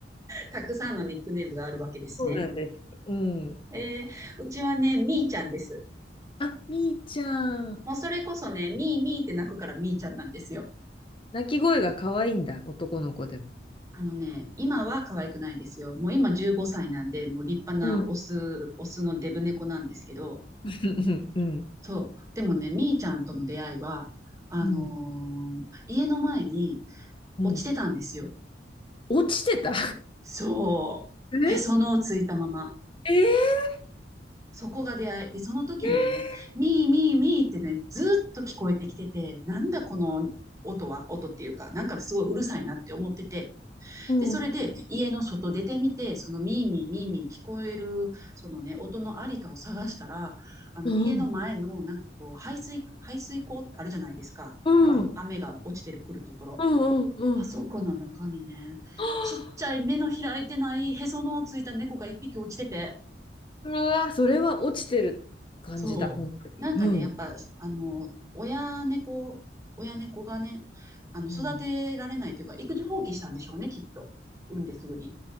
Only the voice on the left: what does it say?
そうなんです。うん。
あ、みーちゃん。
鳴き声が可愛いんだ、男の子でも。
うん。
<laughs> うん。
うん。
うん。
落ちてた
<laughs>
ええ
ー、
うん。
うん。
うん。
うんうんうん。
<gasps>
うわ、それは落ちてる感じだ、
本当に。
うん。
うん。